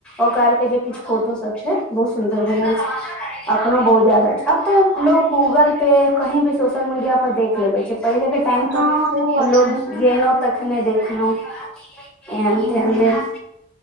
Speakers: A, in the centre; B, on the right (about 85°).
A: ओकर जे किछु फोटो सब छै बहुत सुन्दर बनल छै अखनो बहुत जादा छै अब तऽ लोक गूगलपे कहीं भी सोशल मीडिया पर देख लेबै छै पहिलेके
B: हँ इहो बात
A: लोक
B: छै ने
A: गेलौ तखने खने देखलहु एहन
B: हँ
A: तेन भेल